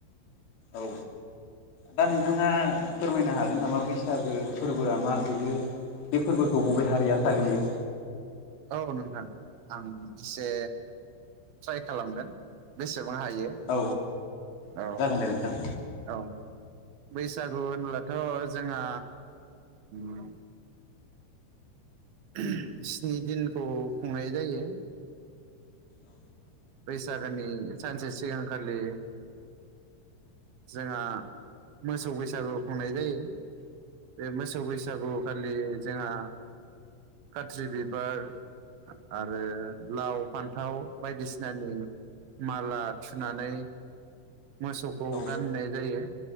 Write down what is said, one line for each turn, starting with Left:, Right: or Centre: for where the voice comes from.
Left: औ दा नोंथाङा फोरमायनो हागोन नामा बैसागो फोरबोआ मा बेयो? बे फोरबोखौ बबे हारिया फालियो?
Right: औ नोंथां आं एसे ट्राइ खालामगोन बेसे बां हायो
Left: औ
Right: औ
Left: जागोन दे नोंथां
Right: औ बै बैसागु होनब्लाथ' जोंहा ओम ओम स्नि दिनखौ खुंनाय जायो।
Left: औ
Right: बैसागोनि सानसे सिगांखालि जोंहा मोसौ बैसागु खुंनाय जायो। बे मोसौ बैसागु खालि जोंहा खाथ्रि बिबार आरो लाव फान्थाव बायदिसिना नानि माला थुनानै मोसौखौ
Left: औ
Right: गानहोनाय जायो।